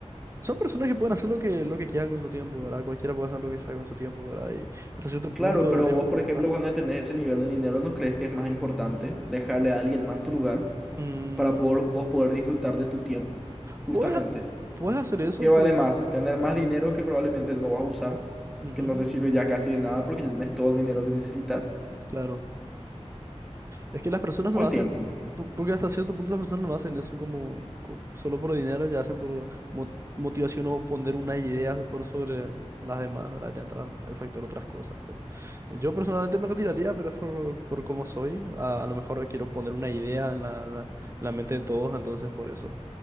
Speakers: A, on the right; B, in the centre.
A: son personas que pueden hacer lo que, lo que quieran con su tiempo, ¿verdad? Cualquiera puede hacer lo que sea con su tiempo, ¿verdad? Y hasta cierto
B: Claro,
A: punto
B: pero
A: empujan.
B: vos, por ejemplo, cuando tenés ese nivel de dinero, ¿no crees que es más importante dejarle a alguien más tu lugar
A: Mm,
B: para poder, vos poder disfrutar de tu tiempo? Justamente.
A: Puedes, puedes hacer eso,
B: ¿Qué vale
A: pero...
B: más? Tener más dinero que probablemente no vas a usar,
A: ujú,
B: que no te sirve ya casi de nada porque ya tenés todo el dinero que necesitas,
A: claro. Es que las personas lo
B: o el
A: hacen,
B: tiempo.
A: por- porque hasta cierto punto las personas no hacen eso como, co- solo por dinero, ya hacen por mo- motivación o poner unas ideas por sobre las demás, ¿verdad? Ya entran el factor otras cosas, pero yo personalmente me retiraría, pero es por, por cómo soy. A, a lo mejor quiero poner una idea en la, la- en la mente de todos, entonces por eso